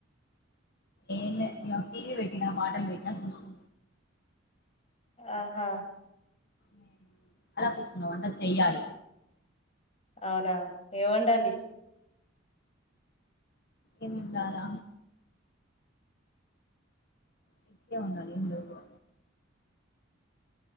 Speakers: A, on the left; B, on the left.
A: ఏన్లే ఇంగాఫ్ టీవి పెట్టిన మాటలు పెట్టిన సుస్కు
B: ఆహా
A: నేను అలా కూసున్నావ్ అందద్ ఏయాలి
B: అవునా ఏవండాలి
A: ఏమోండాలా చీకే వండాలి. ఎమ్ లేవుగా